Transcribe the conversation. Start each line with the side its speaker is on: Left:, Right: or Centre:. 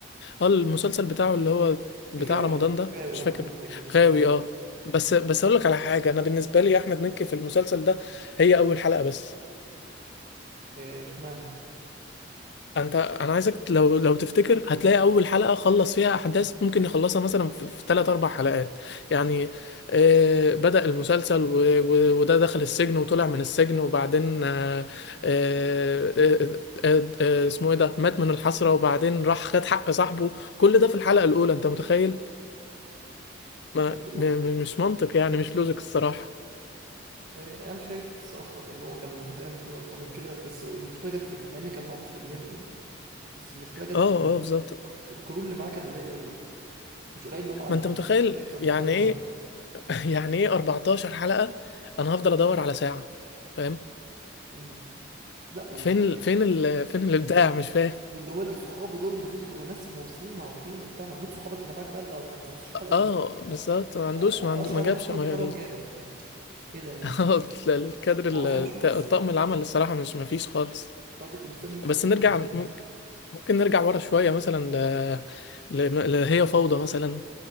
Left: اه المسلسل بتاعه اللي هو بتاع
Right: غاوي
Left: رمضان ده
Right: غاوي
Left: مش
Right: انا
Left: فاكر
Right: عمال افتكر اسمه
Left: غاوي
Right: غاوي
Left: اه
Right: آه،
Left: بس بس اقول لك على حاجه انا بالنسبه لي احمد مكي في المسلسل ده هي اول حلقه بس
Right: آه، اشمعنى
Left: انت انا عايزك لو لو تفتكر هتلاقي اول حلقه خلص فيها احداث ممكن يخلصها مثلا في في تلات اربع حلقات يعني آه بدأ المسلسل و... و... وده دخل السجن وطلع من السجن وبعدين آه آه آه آه آه اسمه ايه ده مات من الحسره وبعدين راح خد حق صاحبه كل ده في الحلقه الاولى انت متخيل ما
Right: يعني هو
Left: م... م- مش منطق يعني مش لوجيك الصراحه
Right: آه، انا شايف صراحه ان هو كان المفروض يعمل حاجه اقوى من كده بس المشكله جت في ال- مع ان كان معاه مخرج جامد يعني بس المشكله جت
Left: اه
Right: في ال-
Left: اه بالظبط
Right: في الك- الكرو اللي معاه كان قليل قوي يعني مش قليل اللي هم عدد
Left: ما انت
Right: يعني
Left: متخيل
Right: قليل قليل كمستوى
Left: يعني ايه
Right: يعني
Left: <laughs> يعني ايه 14 حلقه انا هفضل ادور على ساعه فاهم
Right: مم. لا و-
Left: فين ال... فين ال... فين الابداع مش فاهم
Right: واللي هو اللي صحابه دول المفروض يبقوا ناس ممثلين معروفين وبتاع ما دول صحابك اللي معاك بقى ال 4 15 حلقه
Left: اه
Right: كله
Left: بالظبط ما عندوش
Right: أ- اشهر
Left: ما عنده ما جابش
Right: واحد فيهم
Left: ما
Right: كرم
Left: ال-
Right: جابر ف- ايه ده يعني
Left: <laughs> آه، الكادر ال-
Right: هو اصلا
Left: الت-
Right: مش ممثل
Left: الطاقم العمل الصراحه مش ما فيش خالص
Right: فانا كنت مستني منه
Left: بس
Right: اكتر
Left: نرجع
Right: من كده
Left: ممكن ممكن نرجع ورا شويه مثلا ل... ل... ل... هي فوضى مثلا